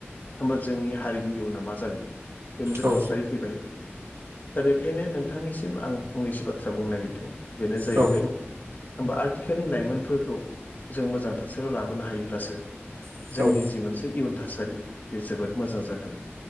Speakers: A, on the left; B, on the right.
A: होमबा जोंनि हारिनि इयुना मा जागोन बे मोनसे
B: औ
A: थासारि फैबाय दा बेखायनो नोंथांनिसिम आं फंनैसो बाथ्रा बुंनो नागिरदों बेनो जाहैबाय
B: औ
A: होमबा आथिखालनि लाइमोनफोरखौ जों मोजां थासारियाव लाबोनो हायोब्लासो
B: जायो
A: जोंनि जि मोनसे इयुन थासारि बे जोबोद मोजां जागोन।